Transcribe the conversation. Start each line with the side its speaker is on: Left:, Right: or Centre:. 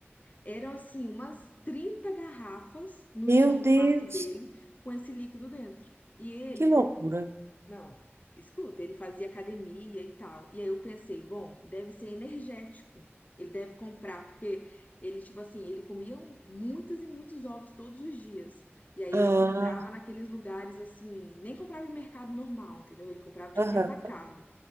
Left: eram assim umas 30 garrafas no
Right: Meu
Left: chão
Right: Deus,
Left: do quarto dele com esse líquido dentro. E ele
Right: que loucura.
Left: Não, escuta, ele fazia academia e tal. E aí eu pensei, bom, deve ser energético. Ele deve comprar, porque ele, tipo assim, ele comia um- muitos e muitos ovos todos os dias. E aí
Right: Ah,
Left: ele comprava naqueles lugares assim, nem comprava em mercado normal, entendeu? Ele comprava tipo
Right: aham,
Left: em atacado.